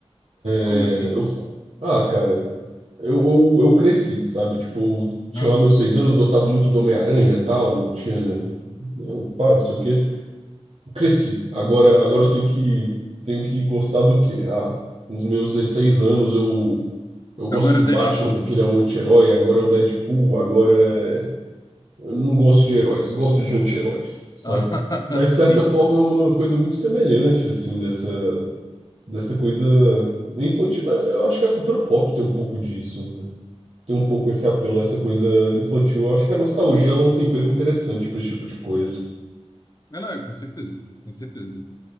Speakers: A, on the left; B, on the right.
A: como
B: É,
A: assim?
B: Eu fico, ah, cara, eu, eu, eu cresci, sabe? Tipo, eu
A: Não.
B: tinha lá meus seis anos, gostava muito do Homem-Aranha, e tal, tinha, eu, pá, não sei o quê. cresci. Agora, agora eu tenho que, tenho que gostar do quê? Ah, com os meus 16 anos eu, eu gosto
A: Agora
B: do Batman
A: Deadpool.
B: porque ele é um anti-herói, agora é o Deadpool, agora é... Eu não gosto de heróis, gosto de anti-heróis, sabe?
A: <laughs>
B: Mas,
A: Ah, sim.
B: de certa forma, é uma coisa muito semelhante, assim, dessa, dessa coisa infantil. Não, Eu acho que a cultura pop tem um pouco disso, né? Tem um pouco esse apelo, essa coisa infantil. Eu acho que a nostalgia ela é um tempero interessante para esse tipo de coisa.
A: Não, não, é, com certeza, com certeza.